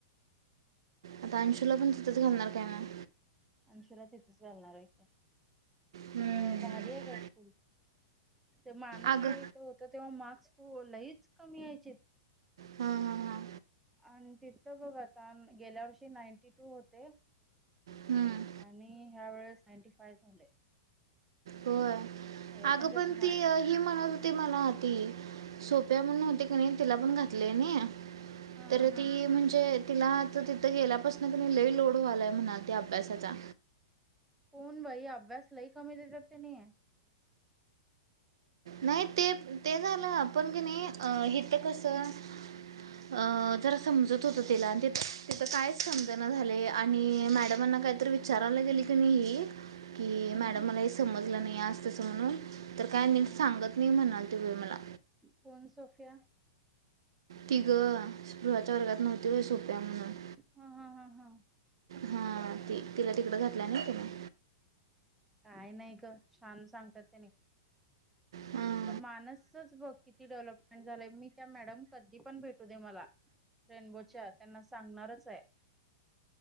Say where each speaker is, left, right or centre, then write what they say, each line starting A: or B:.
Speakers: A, on the right; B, in the centre.
A: आता अंशूला पण तिथंच घालणार काय मग.
B: अनशुला तिथेच घालणार आहे.
A: हम्म.
B: खर भारी आहे. ग स्कूल त्या माणसला
A: अगं
B: इथे होत, तेव्हा मार्क्स. हो लईच कमी यायचीत.
A: हा, हा, हा.
B: आणि तिथथं बघ आता गेल्या वर्षी नाईंटी टू होते.
A: हम्म.
B: आणि ह्या वेळेस. नाईंटी फाय झाले.
A: होय
B: होय
A: अगं
B: त्यांच्यात
A: पण
B: हा
A: ती ही म्हणत होती. ती म्हणत हाती सोप्या म्हणून होते कनी. तिला पण घातले या नई
B: हा
A: तर
B: हा हा
A: ती म्हणजे. तिला तर तिथं गेल्यापासन लई लोड व्हालाय म्हणालती अभ्यासाचा.
B: पण बाई अभ्यासलाही कमी देतात तेनी.
A: नाही ते ते झालं पण कनी अ हेिथ कसं अ जरा समजत होत तिला, ति तिथं कायच समजना झाले आणि मॅडमांना काहीतरी विचारायला गेली कणी ही कि
B: हम्म
A: मॅडम मला हे समजत. समजल नाही आज तस म्हनून तर काय.
B: हम्म
A: सांगत नाही म्हणालती. ती बाई मला.
B: कोण सोफिया.
A: ती ग स्पृहाच्या वर्गात नव्हती होय ग सोफिया म्हणून
B: हा हा हा हा
A: हा ती तिला तिकड घातल्या ना तिने.
B: काय नाही ग. छान सांगतात त्याने
A: हां
B: माणसच बघ किती डेव्हलपमेंट झालंय मी त्या मॅडम कधी पण भेटू दे मला. रेनबोच्या त्यांना सांगणारच आहे. त्यांना सांगणारच आहे,